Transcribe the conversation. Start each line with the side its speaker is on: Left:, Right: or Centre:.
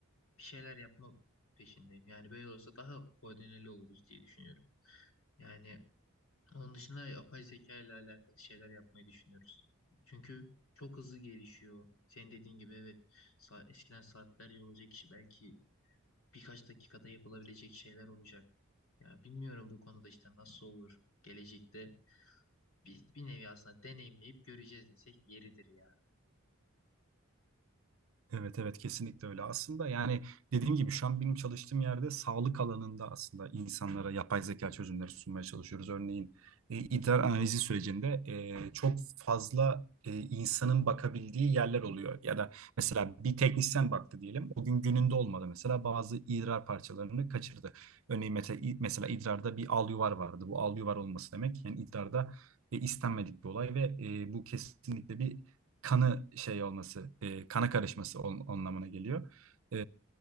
Left: bir şeyler yapma peşindeyim. Yani böyle olsa daha koordineli oluruz diye düşünüyorum. Yani onun dışında yapay zeka ile alakalı şeyler yapmayı düşünüyoruz. Çünkü çok hızlı gelişiyor. Senin dediğin gibi evet Sa- eskiden saatlerce olacak işi belki birkaç dakikada yapılabilecek şeyler olacak. Ya bilmiyorum bu konuda işte nasıl olur gelecekte bir, bir nevi aslında deneyimleyip göreceğiz desek yeridir ya.
Right: Evet evet kesinlikle öyle. Aslında yani dediğim gibi şu an benim çalıştığım yerde sağlık alanında aslında insanlara yapay zeka çözümleri sunmaya çalışıyoruz. Örneğin e, idrar analizi sürecinde e, çok fazla e, insanın bakabildiği yerler oluyor. Ya da mesela bir teknisyen baktı diyelim. O gün gününde olmadı mesela bazı idrar parçalarını kaçırdı. Örneğin mesela, mesela idrarda bir al yuvar vardı. Bu al yuvar olması demek yani idrarda e, istenmedik bir olay ve e, bu kesinlikle bir kanı şey olması, e, kana karışması ol- anlamına geliyor. E,